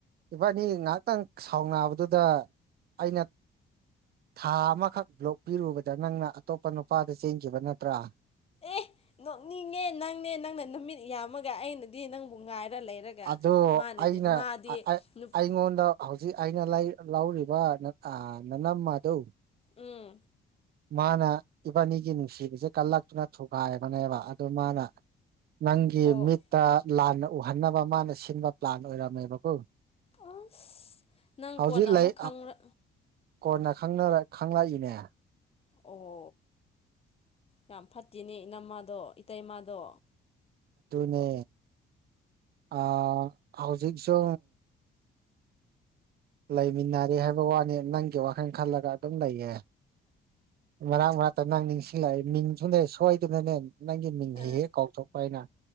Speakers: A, on the right; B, on the left.
A: ꯏꯕꯥꯅꯤ ꯉꯥꯏꯍꯥꯛꯇꯪ ꯁꯥꯎꯅꯕꯗꯨꯗ ꯑꯩꯅ ꯊꯥ ꯑꯃꯈꯛ ꯕ꯭ꯂꯣꯛ ꯄꯤꯔꯨꯕꯗ ꯅꯪꯅ ꯑꯇꯣꯞꯄ ꯅꯨꯄꯥꯗ ꯆꯦꯟꯈꯤꯕ ꯅꯠꯇ꯭ꯔꯥ
B: ꯑꯦ ꯅꯣꯛꯅꯤꯡꯉꯦ ꯅꯪꯅꯦ ꯅꯪꯅ ꯅꯨꯃꯤꯠ ꯌꯥꯝꯃꯒ ꯑꯩꯅꯗꯤ ꯅꯪꯕꯨ ꯉꯥꯏꯔ ꯂꯩꯔꯒ
A: ꯑ
B: ꯃꯥꯅꯗꯤ
A: ꯑꯩꯅ
B: ꯃꯥꯗꯤ ꯅꯨꯄꯤ
A: ꯑꯩꯉꯣꯟꯗ ꯍꯧꯖꯤꯛ ꯑꯩꯅ ꯂꯧꯔꯤꯕ ꯅꯅꯝ ꯑꯗꯨ
B: ꯎꯝ
A: ꯃꯥꯅ ꯏꯕꯥꯅꯤꯒꯤ ꯅꯨꯡꯁꯤꯕꯤꯁꯦ ꯀꯜꯂꯛꯇꯨꯅ ꯊꯨꯒꯥꯏꯕꯅꯦꯕ ꯑꯗꯨꯃꯅ ꯅꯪꯒꯤ
B: ꯑꯣ
A: ꯃꯤꯠꯇ ꯂꯥꯟ ꯎꯍꯟꯅꯕ ꯃꯥꯅ ꯁꯤꯟꯕ ꯄ꯭ꯂꯥꯟ ꯑꯣꯏꯔꯝꯃꯦꯕꯀꯣ
B: ꯑꯁ ꯅꯪ
A: ꯍꯧꯖꯤꯛ
B: ꯀꯣꯟꯅ
A: ꯂꯩ
B: ꯑꯃꯨꯛ ꯈꯪ꯭ꯔ
A: ꯀꯣꯟꯅ ꯈꯪꯂꯛꯏꯅꯦ
B: ꯑꯣ ꯌꯥꯝ ꯐꯠꯇꯦꯅꯦ ꯏ ꯅꯝꯃꯥꯗꯣ ꯏꯇꯩꯃꯥꯗꯣ
A: ꯅꯦ ꯑ ꯍꯧꯖꯤꯛꯁꯨ ꯂꯩꯃꯤꯟꯅꯔꯦ ꯍꯥꯏꯕ ꯋꯥꯅꯤ ꯅꯪꯒꯤ ꯋꯥꯈꯜ ꯈꯜꯂꯒ ꯑꯗꯨꯝ ꯂꯩꯌꯦꯦ ꯃꯔꯛ ꯃꯔꯛꯇ ꯅꯪ ꯅꯤꯡꯁꯤꯡꯂꯛꯑꯏ ꯃꯤꯡꯁꯨꯅꯦ ꯁꯣꯏꯗꯨꯅꯅꯦ ꯅꯪꯒꯤ ꯃꯤꯡ ꯍꯦꯛ
B: ꯑꯥ
A: ꯍꯦꯛ ꯀꯥꯎꯊꯣꯛꯄ ꯍꯥꯏꯅ